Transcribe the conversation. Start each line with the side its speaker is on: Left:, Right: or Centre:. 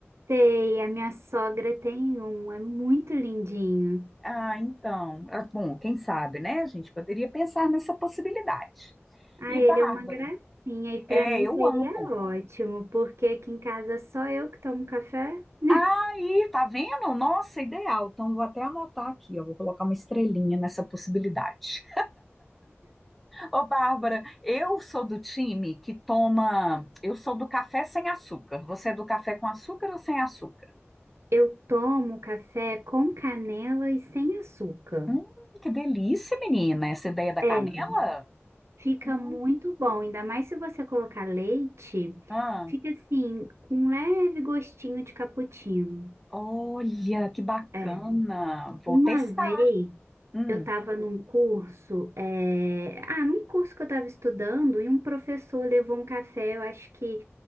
Right: Sei, a minha sogra tem um, é muito lindinho.
Centre: Ah, então, ah, bom, quem sabe, né? A gente poderia pensar nessa possibilidade.
Right: Ah,
Centre: E Bárbara,
Right: ele é uma gracinha e para
Centre: é,
Right: mim
Centre: eu
Right: seria
Centre: amo.
Right: ótimo, porque aqui em casa só eu que tomo café. <laughs>
Centre: Aí, tá vendo? Nossa, ideal. Então, vou até anotar aqui, ó. Vou colocar uma estrelinha nessa possibilidade. Ô, Bárbara, eu sou do time que toma. Eu sou do café sem açúcar. Você é do café com açúcar ou sem açúcar?
Right: Eu tomo café com canela e sem açúcar.
Centre: Hum, que delícia, menina, essa ideia da
Right: É,
Centre: canela?
Right: fica
Centre: Não.
Right: muito bom, ainda mais se você colocar leite,
Centre: Ah,
Right: fica assim, com um leve gostinho de cappuccino.
Centre: olha, que bacana.
Right: É.
Centre: Vou
Right: Uma
Centre: testar.
Right: vez
Centre: Hum,
Right: Eu estava num curso, é, ah, num curso que eu estava estudando, e um professor levou um café, eu acho que